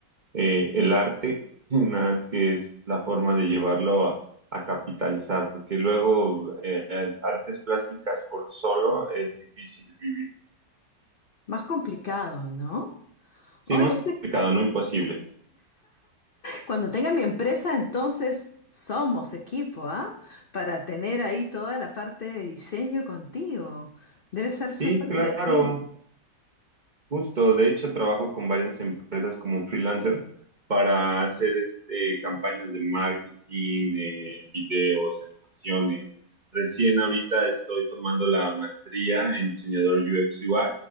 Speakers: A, on the right; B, on the left.
A: eh, el arte, <laughs> nada más que es la forma de llevarlo a, a capitalizar, porque luego eh, artes plásticas por solo es difícil vivir.
B: Más complicado, ¿no?
A: Sí,
B: Oye,
A: más
B: ese
A: complicado, no imposible.
B: Cuando tenga mi empresa, entonces somos equipo, ¿ah? Para tener ahí toda la parte de diseño contigo. Debe ser súper
A: Sí, claro.
B: creativo.
A: Justo, de hecho trabajo con varias empresas como freelancer para hacer este, campañas de marketing, eh, videos, animaciones. Recién ahorita estoy tomando la maestría en diseñador UX UI